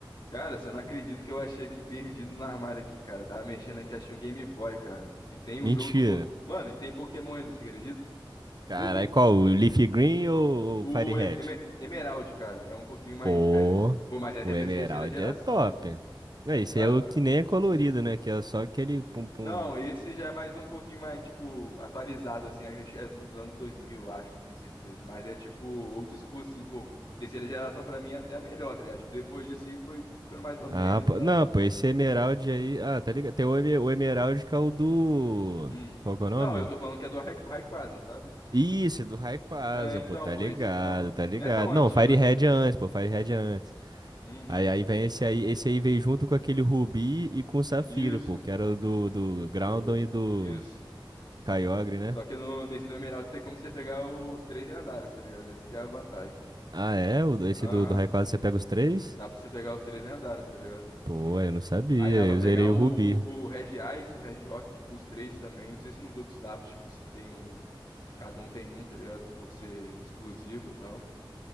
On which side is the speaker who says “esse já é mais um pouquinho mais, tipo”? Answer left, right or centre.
Left